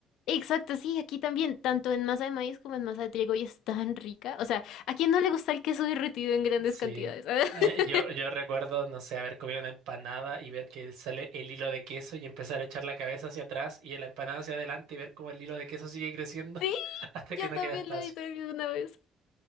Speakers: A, on the left; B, on the right.
A: Exacto, sí, aquí también, tanto en masa de maíz como en masa de trigo, y es tan rica. O sea, ¿a quién no le gusta el queso derretido en grandes
B: Sí.
A: cantidades? <laughs>
B: Eh, yo, yo recuerdo, no sé, haber comido una empanada y ver que sale el hilo de queso y empezar a echar la cabeza hacia atrás y la empanada hacia adelante y ver cómo el hilo de queso sigue creciendo
A: Sí,
B: <laughs> hasta que
A: yo
B: no
A: también
B: queda espacio.
A: lo hice alguna vez.